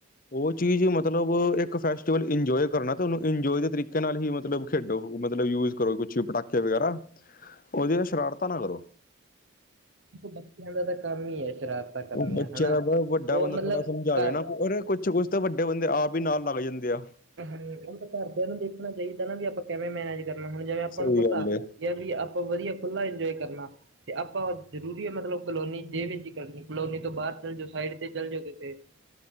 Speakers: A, on the left; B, on the right.
A: ਉਹ ਚੀਜ਼ ਮਤਲਬ ਇੱਕ ਫੈਸਟੀਵਲ ਇੰਜੋਏ ਕਰਨਾ, ਤੁਹਾਨੂੰ ਇੰਜੋਏ ਦੇ ਤਰੀਕੇ ਨਾਲ ਹੀ ਮਤਲਬ ਖੇਡੋ ਮਤਲਬ ਯੂਜ ਕਰੋ ਕੁਛ ਪਟਾਕੇ। ਵਗੈਰਾ ਉਹਦੀ ਤਾਂ ਸ਼ਰਾਰਤਾ ਨਾ ਕਰੋ।
B: <unintelligible> ਦੇ ਬੱਚਿਆਂ ਦਾ ਤਾਂ ਕੰਮ ਹੀ ਹੈ, ਸ਼ਰਾਰਤਾਂ ਕਰਨੀਆਂ
A: ਉਹ ਬੱਚਿਆਂ
B: ਹਨਾ,
A: ਦਾ ਬ ਵੱਡਾ
B: ਉਹ
A: ਬੰਦਾ
B: ਮਤਲਬ
A: ਥੋੜਾ ਸਮਝਾਵੇ
B: ਘਰ
A: ਨਾ ਅਰੇ ਕੁਛ ਕੁਛ ਤਾਂ ਵੱਡੇ ਬੰਦੇ ਆਪ ਹੀ ਨਾਲ ਲੱਗ ਜਾਂਦੇ ਆ <unintelligible>
B: ਹੂੰ ਉਹ ਤਾਂ ਘਰਦਿਆਂ ਨੂੰ ਦੇਖਣਾ ਚਾਹੀਦਾ, ਨਾ ਵੀ ਆਪਾਂ ਕਿਵੇਂ ਮੈਨੇਜ ਕਰਨਾ ਹੁਣ ਜਿਵੇਂ ਆਪਾਂ
A: ਸਹੀ
B: ਨੂੰ ਪਤਾ।
A: ਗੱਲ ਏ
B: ਜਾਂ ਵੀ ਆਪਾਂ ਵਧੀਆ ਖੁੱਲ੍ਹਾ ਇੰਜੋਏ ਕਰਨਾ। ਤੇ ਆਪਾਂ ਜ਼ਰੂਰੀ ਮਤਲਬ ਕਲੋਨੀ ਜੇ ਵਿੱਚ ਹੀ ਕਰਨੀ, ਕਲੋਨੀ ਤੋਂ ਬਾਹਰ ਚੱਲ ਜਾਓ ਸਾਈਡ ਤੇ ਚੱਲ ਜਾਓ, ਕਿ ਫੇ